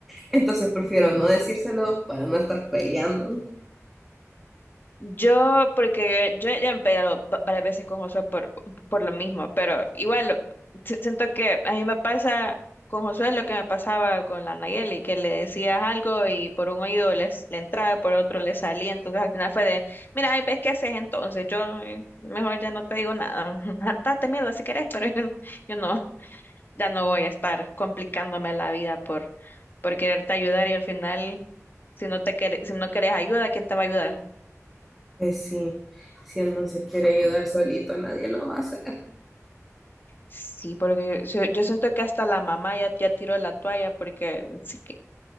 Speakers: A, in the centre; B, on the left (about 40°).
A: Entonces prefiero no decírselo para no estar peleando.
B: Yo, porque yo, yo ya me he peleado va- varias veces con Josué por, por lo mismo, pero igual si- siento que a mí me pasa con Josué lo que me pasaba con la Nayeli, que le decías algo y por un oído les, le entraba, por otro le salía, entonces al final fue de, mira, ay, ves qué haces entonces, yo eh, mejor ya no te digo nada, <laughs> hartate mierda si querés, pero <laughs> yo, yo no, ya no voy a estar complicándome la vida por, por quererte ayudar y al final, si no te quer- si no querés ayuda, ¿quién te va a ayudar?
A: Pues sí, si él no se quiere ayudar solito, nadie lo va a hacer.
B: Sí, porque yo, yo siento que hasta la mamá ya, ya tiró la toalla porque sí que,